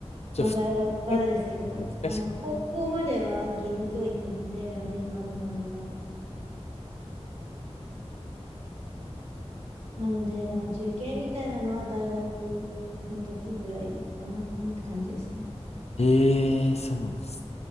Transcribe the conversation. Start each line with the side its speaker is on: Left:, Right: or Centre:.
Left: じゃあ、
Right: まあ大学からですけど、
Left: 普通に留学難しい。
Right: あの、高校までは義務教育なんで、アメリカの場合は。なので、まあ受験みたいなのは大学の時ぐらいかなって感じですね。
Left: ええー、そうなんです。